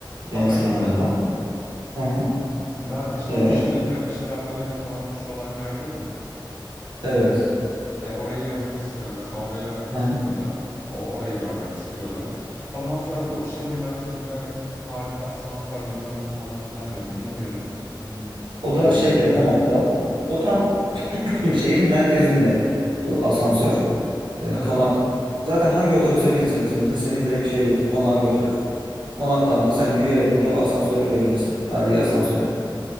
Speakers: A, on the right; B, on the left.
A: Deniz
B: Ha öyle
A: kenarında.
B: mi?
A: Aha.
B: Ben işte
A: E,
B: o Şirince şaraplarıyla falan meşhur olan yer değil mi?
A: evet.
B: E, orayı gezmek istiyorum. Mesela oraya hiç
A: Aha.
B: gitmedim. O, orayı görmek istiyorum. Ondan sonra bu şehir merkezinde tarihi asansör bilmem ne falan filan duydum. Bilmiyorum m, çok
A: O
B: görülmesi
A: da şeyde
B: gereken
A: Konak'ta.
B: bir yer mi ama.
A: O tam Şimdi Şehrin merkezinde bu asansör e,
B: Hı hı.
A: konak zaten hangi otobüse binsen İzmir'de seni direkt şeye götür konağa götürür. Konaktan da sen yürüyerek bile o asansöre gidebilirsin. Tarihi asansöre.